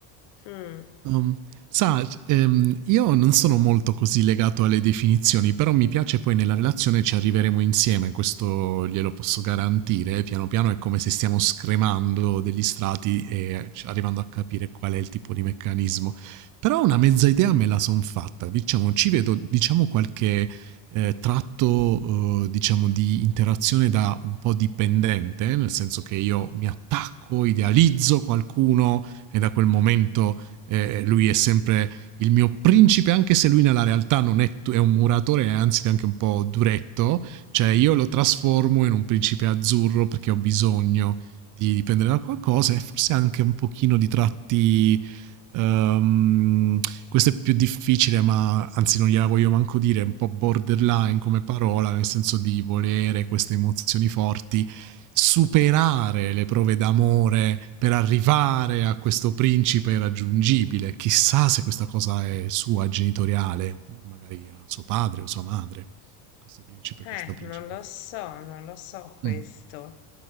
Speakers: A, on the left; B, on the right.
A: Mm.
B: Um, sa, ehm, io non sono molto così legato alle definizioni, però mi piace poi nella relazione ci arriveremo insieme, questo glielo posso garantire. Piano piano è come se stiamo scremando degli strati e ci- arrivando a capire qual è il tipo di meccanismo. Però una mezza idea me la son fatta, diciamo, ci vedo, diciamo, qualche eh, tratto, eh, diciamo, di interazione da un po' dipendente, nel senso che io mi attacco, idealizzo qualcuno e da quel momento eh, lui è sempre il mio principe, anche se lui nella realtà non è, è un muratore, è anzi anche un po' duretto, cioè io lo trasformo in un principe azzurro perché ho bisogno di dipendere da qualcosa e forse anche un pochino di tratti... Um, questo è più difficile, ma anzi non gliela voglio manco dire, è un po' borderline come parola, nel senso di volere queste emozioni forti superare le prove d'amore per arrivare a questo principe irraggiungibile. Chissà se questa cosa è sua genitoriale, magari era suo padre o sua madre, questo principe,
A: Eh,
B: questa principessa.
A: non lo so, non lo so questo.
B: Mm,